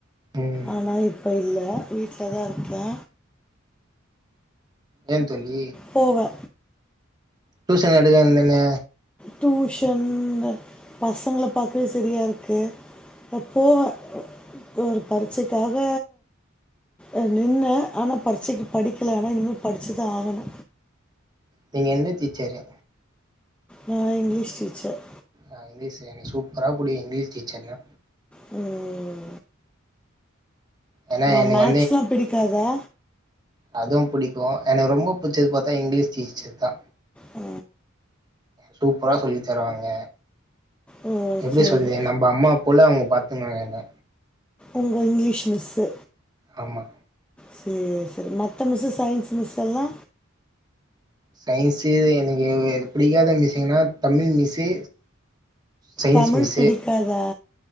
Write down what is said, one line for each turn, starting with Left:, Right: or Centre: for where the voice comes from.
Right: ம்
Centre: ஆனா இப்ப இல்ல வீட்லதா இருக்கே
Right: ஏன் தோழி
Centre: போவே
Right: டூயூசன் எடுக்க ‌வேண்ட் தானே
Centre: டூஷன் பசங்கள பாக்கவே சரியா இருக்கு போவே ஒரு பரிச்சைக்காக‌ அ நின்னே ஆனா பரிச்சைக்கு படிக்கல ஆனா இன்னு படிச்சுதா ஆகணு
Right: நீங்க எந்த டீச்சரு
Centre: நா இங்கிலீஷ் டீச்சர்
Right: ஆ இங்கிலீஷ் எனக்கு சூப்பரா புடிக்கு இங்கிலீஷ் டீச்சர்னா
Centre: ம்
Right: ஏன்னா
Centre: வா‌
Right: எனக்கு
Centre: மேக்ஸ்னா பிடிக்காதா
Right: அதுவு புடிக்கு எனக்கு ரொம்ப புட்சது பாத்தா இங்கிலீஷ் டீச்சர் தா
Centre: ஆ
Right: சூப்பரா சொல்லி தருவாங்க
Centre: ஓ
Right: எப்டி
Centre: சரி
Right: சொல்றது நம் அம்மா போல அவுங்க பாத்துக்குனாங்க என்ன
Centre: உங்க இங்கிலீஷ் மிஸ்ஸு
Right: ஆமா
Centre: சேர் சேரி மத்த மிஸ்ஸு சயின்ஸ் மிஸ்சல்லா
Right: சயின்ஸு எனக்கு புடிக்காத மிஸ்ஸுங்குனா Tamil miss science
Centre: Tamil
Right: miss
Centre: பிடிக்காதா